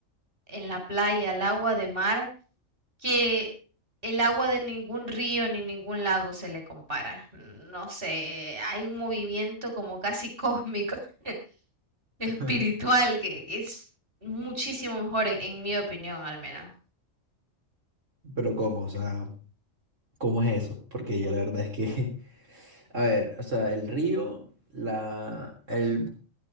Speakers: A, on the right; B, on the right.
A: en la playa, el agua de mar, que el agua de ningún río ni ningún lago se le compara. No sé, hay un movimiento como casi cósmico, <laughs> espiritual,
B: <laughs>
A: que es muchísimo mejor, en, en mi opinión al menos.
B: Pero ¿cómo? O sea, ¿cómo es eso? Porque yo la verdad es que, <laughs> a ver, o sea, el río, la, el,